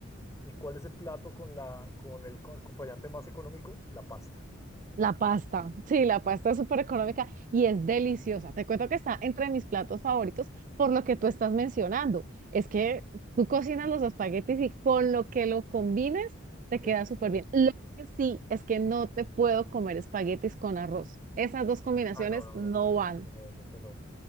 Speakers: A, on the left (about 15°); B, on the right (about 40°).
A: ¿Y cuál es el plato con, la, con el co- acompañante más económico? La pasta.
B: La pasta, sí, la pasta es súper económica y es deliciosa. Te cuento que está entre mis platos favoritos por lo que tú estás mencionando. Es que tú cocinas los espaguetis y con lo que lo combines te
A: Eh,
B: queda súper
A: ay,
B: bien. Lo que sí es que no te puedo comer espaguetis con arroz. Esas dos combinaciones
A: Ah, no, no,
B: no
A: no, eso no,
B: van,
A: eso no, no, eso no.